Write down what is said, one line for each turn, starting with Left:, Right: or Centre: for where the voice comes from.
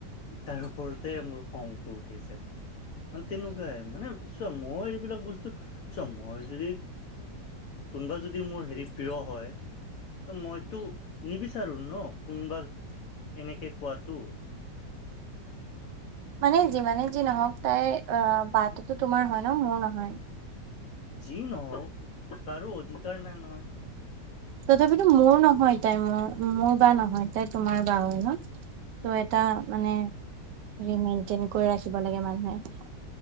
Left: তাৰ ওপৰতে মোৰ খংটো উঠিছে মানে তেনেকুৱাই মানে চোৱা মই এইবিলাক বস্তু চোৱা মই যদি কোনোবা যদি মোৰ হেৰি প্ৰিয় হয় ত মইতো নিবিচাৰো ন কোনোবাক এনেকে কোৱাটো।
Right: মানে যিমানে যি নহওক তাই অ বাততো তোমাৰ হয় ন মোৰ নহয়
Left: যি নহওক কাৰো অধিকাৰ নাই নহয়
Right: তথাপিতো মোৰ নহয় তাই মোৰ মোৰ বা নহয় তাই তোমাৰ বা হয় ন, ত' এটা মানে হেৰি মেইনটেইন কৰি ৰাখিব লাগে মানুহে